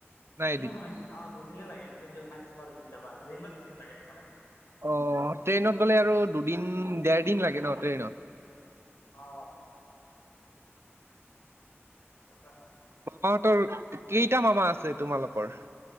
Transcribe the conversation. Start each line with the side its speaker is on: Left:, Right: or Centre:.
Right: না এদিন?
Left: নহয় অ দুদনে লাগে এনেকে ম চ য যাবা ন বাা দুদিন লাগে এনেকে লাগে
Right: অ' ট্ৰেইনত গ'লে আৰু দুদিন দেৰ দিন লাগে ন ট্ৰেইনত
Left: অ সেইটোতো হয়।
Right: ম তৰ কেইটা মামা আছে তোমালোকৰ?